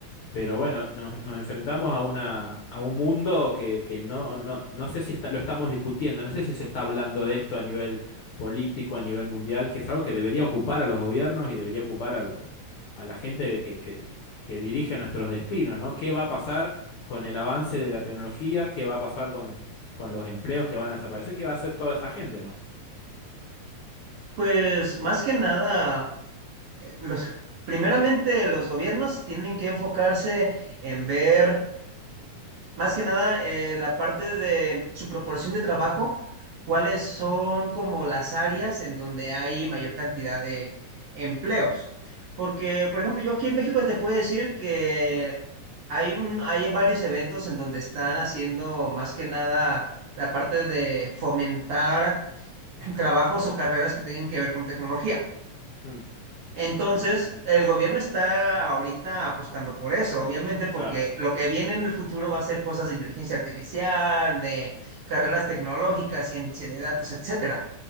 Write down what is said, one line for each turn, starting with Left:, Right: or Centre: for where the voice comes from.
Left: Pero bueno, nos, nos enfrentamos a una, a un mundo que, que no, no, no sé si está- lo estamos discutiendo, no sé si se está hablando de esto a nivel político, a nivel mundial, que es algo que debería ocupar a los gobiernos y debería ocupar a, lo- a la gente que, que, que dirige nuestros destinos, ¿no? ¿Qué va a pasar con el avance de la tecnología? ¿Qué va a pasar con, con los empleos que van a desaparecer? ¿Qué va a hacer toda esa gente, ¿no?
Right: Pues más que nada, eh, los, primeramente los gobiernos tienen que enfocarse en ver Más que nada, eh, la parte de su proporción de trabajo, ¿cuáles son como las áreas en donde hay mayor cantidad de empleos? Porque, por ejemplo, yo aquí en México te puedo decir que hay un, hay varios eventos en donde están haciendo más que nada la parte de fomentar <clears throat> trabajos o carreras que tengan que ver con tecnología.
Left: Mm,
Right: Entonces, el gobierno está ahorita apostando por eso, obviamente, porque
Left: claro,
Right: lo que viene en el futuro va a ser cosas de inteligencia artificial, de carreras tecnológicas, ciencia de datos, etcétera.